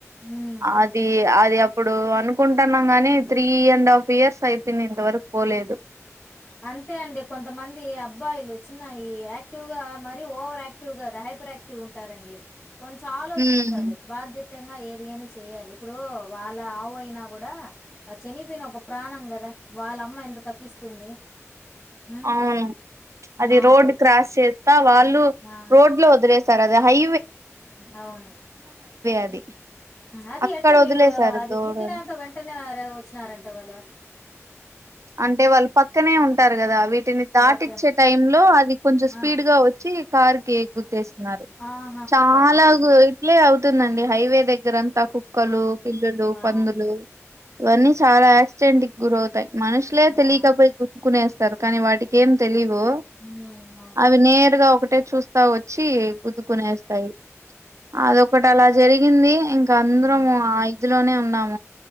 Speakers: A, on the left (about 20°); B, on the right (about 70°).
A: ఉమ్
B: అది అది అది అప్పుడు అనుకుంటున్నాం గాని త్రీ అండ్ హాఫ్ ఇయర్స్ అయిపోయింది ఇంతవరకు పోలేదు
A: అంతే అండి కొంతమంది మొబాయిలు చిన్న ఈ యాక్టివ్ గా మరి ఓవర్ యాక్టివ్ గా హైపర్ యాక్టివ్ ఉంటారండి కొంచెం ఆలోచించాలి
B: హ్మ్.
A: బాధ్యతంగా ఏది ఏని చెయాలి ఇప్పుడు వాళ్ళ ఆవు అయినా కూడా ఆ చనిపోయిన ఒక ప్రాణం కదా వాళ్ళ అమ్మ ఎంత తప్పిస్తుంది ఉమ్
B: అవును అది
A: నాకు
B: రోడ్ క్రాస్ చేస్తా వాళ్ళు
A: ఆ
B: రోడ్ లో వదరే సార్ అే హై
A: అవును
B: అది
A: అది
B: అక్కడ
A: ఎట్ట మీరు
B: వదిలేసారు
A: అది
B: దూడని
A: గుదిినాక వెంటనే వచ్చినారంట వాళ్ళు
B: అంటే వాళ్ళు పక్కనే ఉంటారు కదా వీ వీటిని దాటించే
A: ఓకే
B: టై లో అది కొంచెం
A: ఆ
B: స్పీడ్ గా వచ్చి కార్ కి ఎ గుతేస్తున్నారు
A: ఆహా
B: చాలా
A: సరే సరే
B: ఇట్లే అవు ందండి హైవే దగ్గరంతా కుక్కలు
A: ఆ
B: పిల్లులు
A: ఆ
B: పందులు ఇవన్నీ చాలా యాక్సిడెంట్కిి గుర అవుతాయి మనుషల తెలి
A: ఆ
B: కాబకునేస్త ర కానీ వాటికి ఏం తెలిదు
A: ఉమ్ అవును
B: అవి నేరుగా ఒకటే చూస్తా వచ్చి కుతుకునేస్తాయి అదొకటి అ అలా జరిగింది ఇంకా అందరం
A: ఉమ్
B: ము ఆ ఇదులోనే ఉ అ